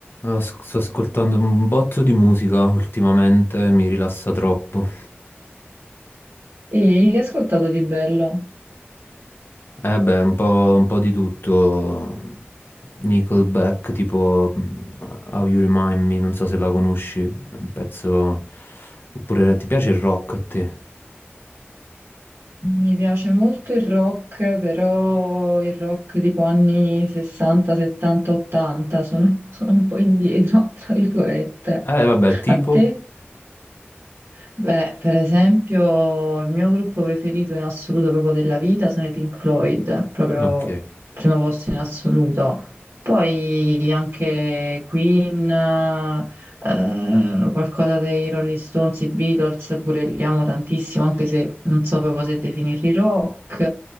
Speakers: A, on the left; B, on the right.
A: As- Sto ascoltando un botto di musica ultimamente, mi rilassa troppo.
B: E che ho ascoltato di bello?
A: Eh beh, un po', un po' di tutto. Nickelback, tipo mm, How You Remind Me, non so se la conosci, è un pezzo... Oppure ti piace il rock a te?
B: Mi piace molto il rock, però il rock tipo anni 60, 70, 80, sono, sono un po' indietro, tra virgolette.
A: Eh vabbè, tipo...
B: A te? Beh, per esempio, il mio gruppo preferito in assoluto proprio della vita sono i Pink Floyd, proprio
A: Ok,
B: primo posto in assoluto. Poi anche Queen, eh, qualcosa dei Rolling Stones, i Beatles, pure li amo tantissimo, anche se non so proprio se definirli rock.